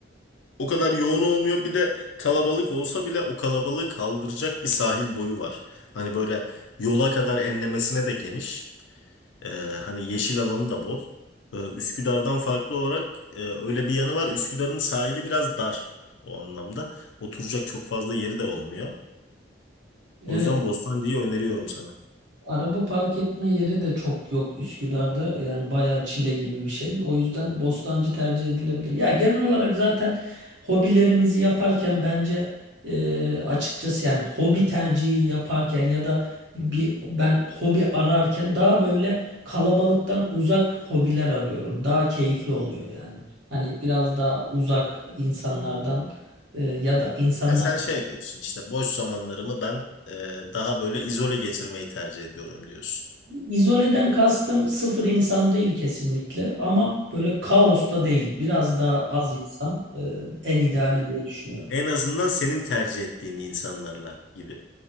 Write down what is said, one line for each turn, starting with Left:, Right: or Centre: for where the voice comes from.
Left: O kadar yoğun olmuyor. Bir de kalabalık olsa bile o kalabalığı kaldıracak bir sahil boyu var. Hani böyle yola kadar enlemesine de geniş. Ee, hani yeşil alanı da bol. Ee, Üsküdar'dan farklı olarak e, öyle bir yanı var. Üsküdar'ın sahili biraz dar o anlamda. Oturacak çok fazla yeri de olmuyor. O
Right: Evet.
Left: yüzden Bostancı'yı öneriyorum sana.
Right: Araba park etme yeri de çok yok Üsküdar'da. Yani bayağı çile gibi bir şey. O yüzden Bostancı tercih edilebilir. Ya genel olarak zaten hobilerimizi yaparken bence e, açıkçası yani hobi tercihi yaparken ya da bir ben hobi ararken daha böyle kalabalıktan uzak hobiler arıyorum. Daha keyifli oluyor yani. Hani biraz daha uzak insanlardan e, ya da insanlar
Left: Ya sen şey diyorsun işte boş zamanlarımı ben e, daha böyle izole geçirmeyi tercih ediyorum diyorsun.
Right: İzoleden kastım sıfır insan değil kesinlikle ama böyle kaosta değil. Biraz daha az insan e, en ideali diye düşünüyorum.
Left: En azından senin tercih ettiğin insanlarla gibi.